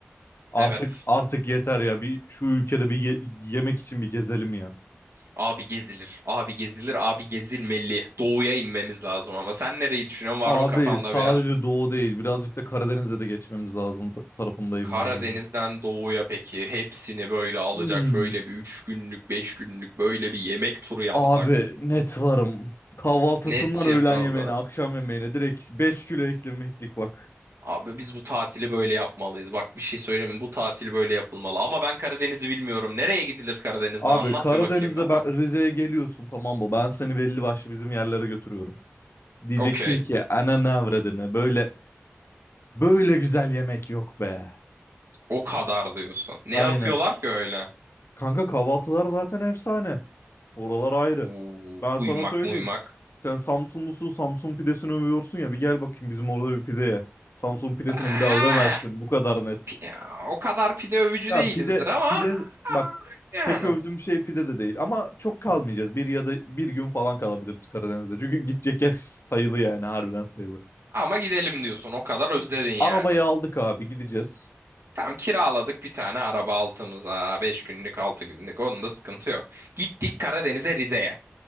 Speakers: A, on the left; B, on the right.
A: Artık
B: evet.
A: artık yeter ya. Bir şu ülkede bir ye- yemek için bir gezelim ya.
B: Abi gezilir. Abi gezilir. Abi gezilmeli. Doğuya inmemiz lazım ama. Sen nereyi düşünüyorsun? Var
A: Abi
B: mı kafanda
A: sadece
B: bir yer?
A: doğu değil. Birazcık da Karadeniz'e de geçmemiz lazım ta- tarafındayım
B: Karadeniz'den
A: ben ya.
B: doğuya peki. Hepsini böyle alacak
A: Hmm.
B: şöyle bir 3 günlük, 5 günlük böyle bir yemek turu yapsak.
A: Abi net varım. Kahvaltısından
B: Net
A: öğlen
B: yapıldı.
A: yemeğine, akşam yemeğine direkt 5 kilo eklemeklik bak.
B: Abi biz bu tatili böyle yapmalıyız. Bak bir şey söyleyeyim mi? Bu tatili böyle yapılmalı. Ama ben Karadeniz'i bilmiyorum. Nereye gidilir Karadeniz'de?
A: Abi
B: Anlat
A: Karadeniz'de
B: bir bakayım bana.
A: ben Rize'ye geliyorsun tamam mı? Ben seni belli başlı bizim yerlere götürüyorum. Diyeceksin
B: Okey.
A: ki ana ananı avradını böyle böyle güzel yemek yok be.
B: O kadar diyorsun. Ne
A: Aynen.
B: yapıyorlar ki öyle?
A: Kanka kahvaltılar zaten efsane. Oralar ayrı.
B: Uuu,
A: Ben
B: kuymak
A: sana söyleyeyim.
B: muymak.
A: Sen Samsunlusun, Samsun pidesini övüyorsun ya bir gel bakayım bizim orada bir pideye. ye. Samsun pidesini
B: Ah,
A: bir daha övemezsin. Bu kadar net.
B: pi- o kadar pide övücü
A: Ya
B: değilizdir
A: pide
B: ama
A: pide
B: ah,
A: bak
B: yani.
A: tek övdüğüm şey pide de değil ama çok kalmayacağız. Bir ya da bir gün falan kalabiliriz Karadeniz'de. Çünkü gidecek yer <laughs> sayılı yani harbiden sayılı.
B: Ama gidelim diyorsun. O kadar özledin yani.
A: Arabayı aldık abi gideceğiz.
B: Tam kiraladık bir tane araba altımıza. beş günlük 6 günlük. Onun da sıkıntı yok. Gittik Karadeniz'e Rize'ye.